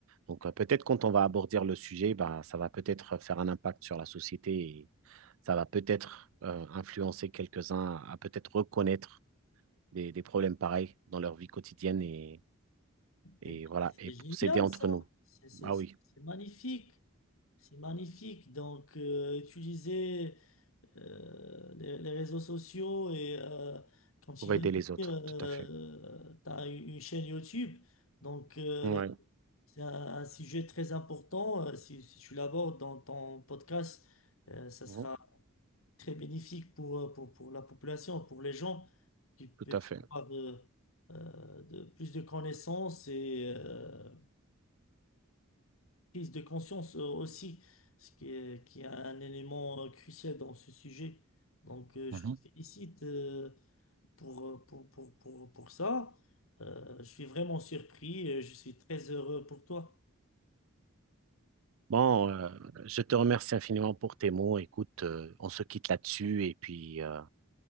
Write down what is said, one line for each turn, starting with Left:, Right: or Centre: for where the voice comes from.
Right: Donc, euh, peut-être quand on va aborder le sujet, bah, ça va peut-être faire un impact sur la société et ça va peut-être euh, influencer quelques-uns à, à peut-être reconnaître des, des problèmes pareils dans leur vie quotidienne et, et
Left: C'est
Right: voilà, et
Left: c'est génial
Right: pour s'aider entre
Left: ça,
Right: nous.
Left: c'est c'est-
Right: Ah oui,
Left: c'est magnifique, c'est magnifique. Donc euh, utiliser euh, les, les réseaux sociaux et euh, comme tu
Right: pour
Left: viens
Right: aider
Left: de
Right: les autres,
Left: dire, euh,
Right: tout à fait.
Left: tu as une chaîne YouTube, donc euh,
Right: Oui,
Left: c'est un, un sujet très important. Euh, Si, si tu l'abordes dans ton podcast, euh, ça
Right: tout
Left: sera très bénéfique pour, euh, pour, pour la population, pour les gens qui peuvent
Right: à fait.
Left: avoir euh, euh, de, plus de connaissances et euh, prise de conscience euh, aussi, ce qui est, qui est un élément euh, crucial dans ce sujet. Donc, euh, je
Right: Mhm.
Left: te félicite euh, pour, euh, pour, pour, pour, pour ça. Euh, je suis vraiment surpris et je suis très heureux pour toi.
Right: Bon, euh, je te remercie infiniment pour tes mots. Écoute, euh, on se quitte là-dessus et puis euh,